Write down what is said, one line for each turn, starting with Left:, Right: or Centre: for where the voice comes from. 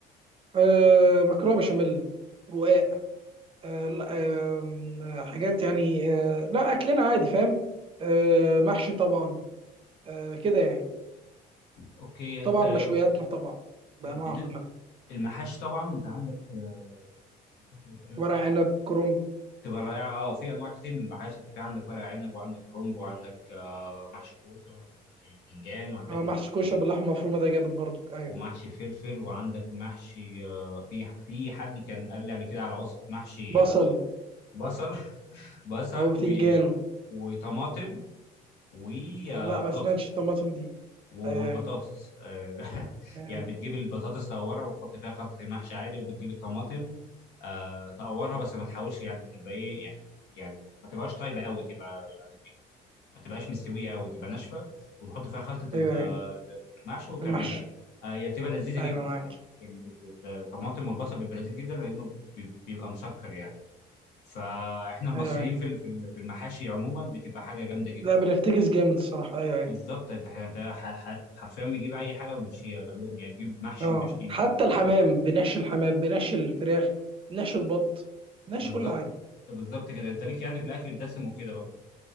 Right: آه مكرونه بشاميل رقاق آه لا آه حاجات يعني آه لا اكلنا عادي فاهم؟ آه محشي طبعا آه كده يعني
Left: اوكي
Right: طبعا
Left: انت
Right: مشوياتنا طبعا بانواعها
Left: بالنسبه
Right: كلها
Left: المحاشي طبعا انت عندك آه، المحاشي اللي بتتعمل
Right: ورق
Left: في البيت
Right: عنب كرنب
Left: تبقى رائعه اه في انواع كتير من المحاشي انت في عندك ورق عنب وعندك كرنب وعندك آه، محشي كوسه وعندك محشي باذنجان وعندك
Right: آه محشي
Left: محشي
Right: كوشه باللحمه المفرومه ده جامد برضك ايوه
Left: ومحشي فلفل وعندك محشي آه، في في حد كان قال لي قبل كده على وصفه محشي
Right: بصل
Left: آه، بصل <laughs> بصل
Right: او
Left: و-
Right: بتنجان
Left: آه، وطماطم وبطاطس
Right: آه لا ما سمعتش الطماطم دي
Left: وبطاطس
Right: ايوه ايوه
Left: آه، <laughs>
Right: أيوة.
Left: يعني بتجيب البطاطس تقورها وتحط فيها خلطة المحشي عادي وبتجيب الطماطم آه، تقورها بس ما تحاولش يعني تبقى ايه يعني يعني ما تبقاش طيبة قوي تبقى يعني ما تبقاش مستوية قوي تبقى ناشفة وتحط فيها خلطة
Right: ايوه
Left: ال- ال-
Right: ايوه
Left: المحشي وتعملها
Right: المحشي
Left: آه، هي بتبقى لذيذة
Right: ايوه
Left: جدا
Right: معاك
Left: يعني ال- ال- الطماطم والبصل بيبقى لذيذ جدا لأنه بي- بيبقى مسكر يعني فاحنا المصريين
Right: ايوه ايوه
Left: في ال- في ال- في المحاشي عموما بتبقى حاجة جامدة جدا
Right: لا بنفتكس جامد الصراحه ايوه ايوه
Left: بالظبط انت ح- انت ح- ح- حرفيا بيجيب اي حاجه ويمشيها غالبا يعني نجيب محشي
Right: اه
Left: ونشكي نجيب
Right: حتى الحمام
Left: اي
Right: بنحشي الحمام بنحشي الفراخ بنحشي البط بنحشي
Left: بالظبط
Right: كل حاجه
Left: بالظبط كده انت ليك يعني في الاكل الدسم وكده بقى